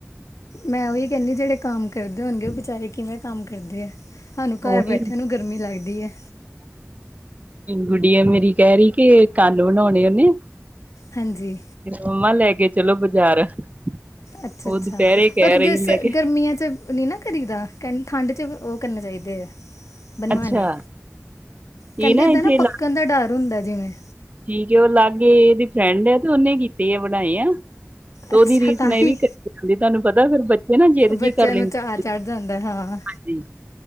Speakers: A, on the left (about 80°); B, on the right (about 30°).
A: ਮੈਂ ਉਹੀ ਕਹਿੰਦੀ ਜਿਹੜੇ ਕੰਮ ਕਰਦੇ ਹੋਣਗੇ ਉਹ ਬੇਚਾਰੇ ਕਿਵੇਂ ਕੰਮ ਕਰਦੇ ਆ ਸਾਨੂੰ
B: ਉਹੀ
A: ਘਰ ਬੈਠੇ ਨੂੰ ਗਰਮੀ ਲਾਗਦੀ ਹੈ।
B: ਗੁੜੀਆਂ ਮੇਰੀ ਕਹਿ ਰਹੀ ਕਿ ਕੰਨ ਬਣਾਉਣੇ ਉਹਨੇ
A: ਹਾਂਜੀ।
B: ਫ ਮੰਮਾ ਲੈ ਕੇ ਚਲੋ ਬਾਜ਼ਾਰ।
A: ਅੱਛਾ
B: ਉਹ
A: ਅੱਛਾ
B: ਦੁਪਹਿਰੇ ਕਹਿ
A: ਪਰ
B: ਰਹੀ
A: ਗਸ
B: ਮੈਂ ਕਿਹਾ
A: ਗਰਮੀਆਂ 'ਚ ਨਹੀਂ ਨਾ ਕਰੀਦਾ ਕਹਿੰ ਠੰਡ ਚ ਉਹ ਕਰਨੇ ਚਾਹੀਦੇ ਆ। ਬਣਵਾਣੇ
B: ਅੱਛਾ
A: ਆ ਕਹਿੰਦੇ
B: ਇਹ
A: ਏਦਾਂ
B: ਇੱਥੇ
A: ਨਾ ਪੱਕਣ ਦਾ ਡਰ ਹੁੰਦਾ ਜਿਵੇਂ
B: ਠੀਕ ਉਹ ਲਾਗੇ ਇਹਦੀ ਫਰੈਂਡ ਹੈ ਤੇ ਉਹਨੇ ਕੀਤੇ ਆ ਵਣਾਏ ਆ। ਉਹਦੀ
A: ਅੱਛਾ
B: ਰੀਸ
A: ਤਾਂ
B: ਨਾਲ ਇਹ
A: ਹੀ
B: ਵੀ ਕਰ ਜਾਂਦੀ ਤੁਹਾਨੂੰ ਪਤਾ ਫੇਰ ਬੱਚੇ ਨਾ ਜਿੱਦ ਜਿਹੀ
A: ਬੱਚਿਆਂ
B: ਕਰ ਲੈਂਦੇ।
A: ਨੂੰ ਚਾਅ ਚੜ ਜਾਂਦਾ ਹਾਂ
B: ਜ